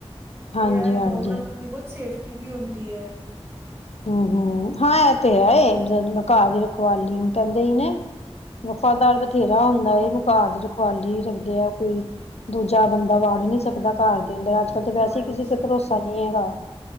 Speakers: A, on the left; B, on the right.
A: ਹਾਂਜੀ
B: ਤੇ ਇਹ
A: ਹਾਂਜੀ
B: ਡੋਗ ਰੱਖਣ ਦੀ ਬਹੁਤ ਸੇਫਟੀ ਰਟੀ ਵੀ ਹੁੰਦੀ ਹੈ
A: ਹਮ ਹਮ ਹਾਂ ਇਹ ਤੇ ਹੈ ਇਹ ਘਰ ਦੀ ਰਖਵਾਲੀ ਨੂੰ ਕਹਿੰਦੇ ਹੀ ਨੇ ਵਫ਼ਾਦਾਰ ਬਥੇਰਾ ਹੁੰਦਾ
B: ਹੋਰ
A: ਇਹਨੂੰ ਕਾਰਜ ਰਖਵਾਲੀ ਰੱਖਦੇ ਆ ਕੋਈ ਦੂਜੇ ਜਾਂ ਬੰਦਾ ਵਾੜ
B: ਹੋਰ
A: ਨਹੀਂੀ ਸਕਦਾ ਘਰ ਦੇ ਅੰਦਰ ਅੱਜ ਕੱਲ ਤੇ ਵੈਸੇ
B: ਵਾੜ
A: ਹੀ ਕਿਸੇ
B: ਨਹੀਂ
A: ਤੇ
B: ਸਕਦਾ
A: ਭਰੋਸਾ ਨਹੀਂੀ ਹੈਗਾ